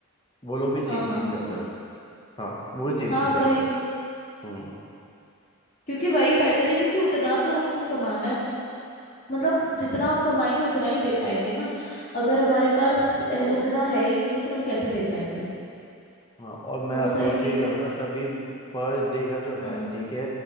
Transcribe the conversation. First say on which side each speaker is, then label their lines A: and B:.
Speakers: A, on the left; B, on the left.
A: वो लोग भी सेम
B: हाँ हाँ
A: चीज करते
B: हाँ बोलो
A: हैं हाँ वो भी सेम
B: हाँ
A: चीज कर
B: वही
A: रहे हैं हम्म।
B: क्योंकि वही बेटर है क्योंकि उतना तो हमको कमाना है मतलब जितना हम कमाएंगे उतना ही दे पाएंगे ना अगर हमारे पास अ, उतना है ही नहीं तो फिर हम कैसे दे पाएंगे
A: हाँ और मैं
B: वो
A: अप्रोच
B: सारी चीजें
A: यही करूंगा
B: भी
A: सभी पर डे का जो है
B: हाँ
A: ठीक है